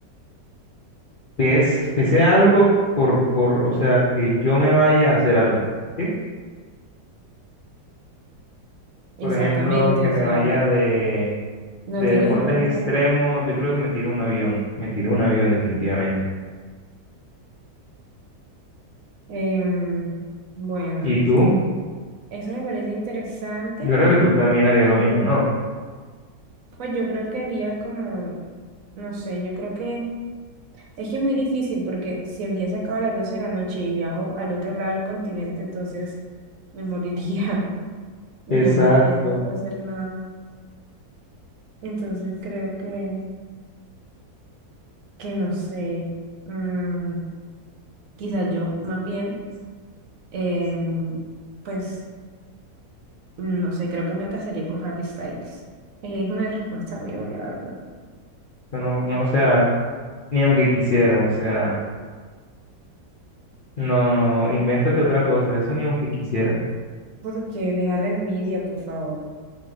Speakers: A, on the left; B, on the right.
A: que es que sea algo por, por, o sea, que yo me vaya a hacer algo, ¿sí? Por
B: Exactamente,
A: ejemplo, que
B: o
A: me
B: sea,
A: vaya de,
B: no
A: de
B: tengas
A: deportes
B: en cuenta.
A: extremos. Yo creo que me tiro un avión. Me tiro un avión definitivamente.
B: em, bueno,
A: ¿Y tú?
B: eso me parece interesante,
A: Yo creo
B: pero
A: que
B: yo
A: tú también harías
B: creo,
A: lo mismo, ¿no?
B: pues yo creo que haría como, no sé, yo creo que es que es muy difícil porque si el día se acaba a las 12 de la noche y viajo al otro lado del continente, entonces me moriría. <laughs> no
A: Exacto.
B: me daría tiempo de hacer nada. Entonces creo que, que no sé, mm, quizás yo más bien, em, pues no sé, creo que me casaría con Harry Styles. Eh, Es una respuesta muy obvia, la verdad.
A: Yo No, no, o sea, ni aunque quisieras, o sea. No, no, invéntate otra cosa, eso ni aunque quisieras.
B: Porque dejar la envidia, por favor.